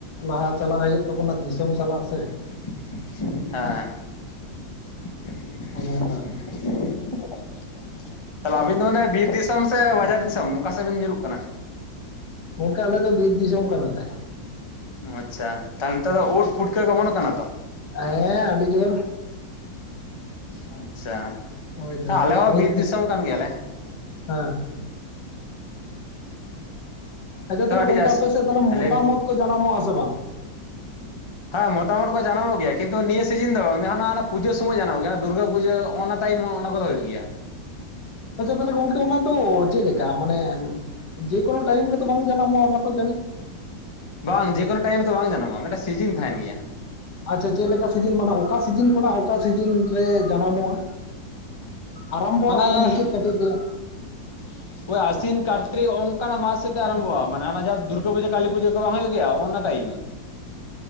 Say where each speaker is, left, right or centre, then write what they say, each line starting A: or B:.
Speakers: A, on the left (about 60°); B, on the left (about 20°).
A: ᱞᱟᱦᱟ ᱪᱟᱞᱟᱜ ᱦᱩᱭᱩᱜ ᱛᱟᱵᱚᱱᱟ ᱫᱤᱥᱚᱢ ᱥᱟᱞᱟᱜ ᱥᱮ᱾
B: ᱦᱮᱸ, <inaudible>
A: ᱚᱱᱮ ᱚᱱᱠᱟ ᱟᱨᱠᱤ
B: ᱛᱟᱦᱚᱞᱮ ᱟᱵᱤᱱ ᱫᱚ ᱚᱱᱟ ᱵᱤᱨ ᱫᱤᱥᱚᱢ ᱥᱮ ᱵᱟᱡᱟᱨ ᱫᱤᱥᱚᱢ ᱚᱠᱟ ᱥᱮᱫ ᱵᱤᱱ ᱧᱩᱨᱩᱜ ᱠᱟᱱᱟ?
A: ᱜᱚᱝᱠᱮ ᱟᱞᱮ ᱫᱚ ᱵᱤᱨ ᱫᱤᱥᱚᱢ ᱠᱟᱱᱟᱞᱮ᱾
B: ᱚ ᱟᱪᱪᱷᱟ, ᱛᱟᱦᱚ ᱱᱤᱛᱚᱜ ᱫᱚ ᱩᱫᱽ ᱯᱷᱩᱴᱠᱟᱹ ᱠᱚ ᱚᱢᱚᱱᱚᱜ ᱠᱟᱱᱟ ᱛᱚ?
A: ᱦᱮᱸ ᱟᱹᱰᱤ ᱡᱳᱨ᱾
B: ᱟᱪᱪᱷᱟ,
A: ᱦᱳᱭ ᱫᱟᱹᱞ
B: ᱟᱞᱮ ᱦᱚᱸ
A: ᱳᱫ
B: ᱵᱤᱨ
A: ᱯᱩᱴ
B: ᱫᱤᱥᱚᱢ ᱠᱟᱱ ᱜᱮᱭᱟᱞᱮ᱾ <inaudible>
A: ᱦᱮᱸ ᱟᱪᱪᱷᱟ, ᱛᱟᱦᱚᱞᱮ
B: ᱟᱹᱰᱤ
A: ᱜᱚᱝᱠᱮ
B: ᱡᱟᱹᱥ
A: ᱟᱯᱮᱥᱮᱫ ᱛᱟᱦᱚᱞᱮ ᱢᱚᱛᱟᱢ
B: ᱞᱟᱹᱭ ᱵᱤᱱ
A: ᱳᱫᱽ ᱠᱚ ᱡᱟᱱᱟᱢᱚᱜᱼᱟ ᱥᱮ ᱵᱟᱝ?
B: ᱦᱮᱸ ᱢᱚᱛᱟᱢ ᱳᱫᱽ ᱠᱚ ᱡᱟᱱᱟᱢᱚᱜ ᱜᱮᱭᱟ ᱠᱤᱱᱛᱩ ᱱᱤᱭᱟᱹ ᱥᱤᱡᱤᱱ ᱫᱚ ᱵᱟᱝ ᱦᱟᱱᱟ ᱚᱱᱟ ᱯᱩᱡᱟᱹ ᱥᱚᱢᱚᱭ ᱡᱟᱱᱟᱢᱚᱜ ᱜᱮᱭᱟ ᱫᱩᱨᱜᱟᱹ ᱯᱩᱡᱟᱹ ᱚᱱᱟ, ᱴᱟᱭᱤᱢᱚᱜ ᱚᱱᱟ ᱠᱚᱫᱚ ᱦᱩᱭᱩᱜ ᱜᱮᱭᱟ᱾
A: ᱟᱪᱪᱷᱟ ᱛᱟᱦᱚᱞᱮ ᱜᱚᱝᱠᱮ ᱚᱱᱟ ᱫᱚ ᱪᱮᱫ ᱞᱮᱠᱟ ᱢᱟᱱᱮ, ᱡᱮᱠᱳᱱᱳ ᱴᱟᱭᱤᱢ ᱨᱮᱫᱚ ᱵᱟᱝ ᱡᱟᱱᱟᱢᱚᱜᱼᱟ ᱚᱱᱟ ᱛᱚ ᱡᱟᱹᱱᱤᱡ?
B: ᱵᱟᱝ ᱡᱮᱠᱳᱱᱳ ᱴᱟᱭᱤᱢ ᱨᱮᱫᱚ ᱵᱟᱝ ᱡᱟᱱᱟᱢᱚᱜᱼᱟ ᱢᱤᱫᱴᱟᱝ ᱥᱤᱡᱤᱱ ᱛᱟᱦᱮᱱ ᱜᱮᱭᱟ᱾
A: ᱟᱪᱪᱷᱟ ᱪᱮᱫ ᱞᱮᱠᱟ ᱥᱤᱡᱤᱱ ᱢᱟᱱᱮ ᱚᱠᱟ ᱥᱤᱡᱤᱱ ᱠᱷᱚᱱᱟᱜ ᱚᱠᱟ ᱥᱤᱡᱤᱱ ᱨᱮ ᱡᱟᱱᱟᱢᱚᱜᱼᱟ᱾ ᱟᱨᱟᱢᱵᱚ
B: ᱢᱟᱱᱮ
A: ᱟᱨ ᱢᱩᱪᱟᱹᱫ ᱠᱟᱹᱴᱤᱡ ᱞᱟᱹᱭᱟᱜ
B: <inaudible> ᱳᱭ ᱟᱥᱤᱱ ᱠᱟᱨᱛᱨᱤᱠ ᱦᱚᱸᱜ-ᱚ ᱱᱚᱝᱠᱟᱱᱟᱜ ᱢᱟᱥ ᱥᱮᱫ ᱛᱮ ᱟᱨᱟᱢᱵᱷᱚᱜᱼᱟ ᱢᱟᱱᱮ ᱚᱱᱟ ᱡᱟᱦᱟᱸ ᱫᱩᱨᱜᱟᱹ ᱯᱩᱡᱟᱹ ᱠᱟᱞᱤ ᱯᱩᱡᱟᱹ᱾ ᱠᱚ ᱵᱟᱝ ᱦᱩᱭᱩᱜ ᱜᱮᱭᱟ ᱚᱱᱱᱟ ᱴᱟᱭᱤᱢ᱾